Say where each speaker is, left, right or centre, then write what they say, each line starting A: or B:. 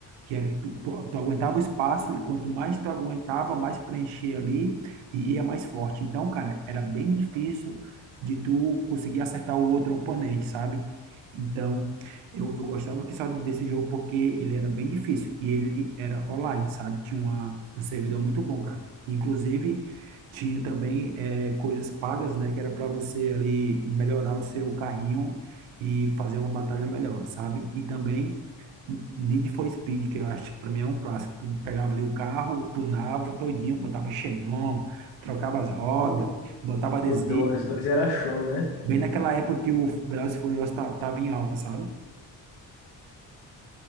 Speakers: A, on the right; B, on the left.
A: que era, que tu, tu, tu aguentava o espaço e quanto mais tu aguentava, mais preenchia ali e ia mais forte. Então, cara, era bem difícil de tu conseguir acertar o outro oponente, sabe? Então, eu, eu gostava que só desse jogo porque ele era bem difícil e ele era online, sabe? Tinha uma, um servidor muito bom, cara. Inclusive, tinha também é, coisas pagas, né? Que era para você ali melhorar o seu carrinho e fazer uma batalha melhor, sabe? E também Need for Speed, que eu acho que para mim é um clássico. Tu pegava ali o carro, tunava todinho, botava xenon, trocava as rodas,
B: O,
A: botava adesivo.
B: o Dois, dois era show, né?
A: Bem naquela época que o Velozes e Furiosos ta- tava em alta, sabe?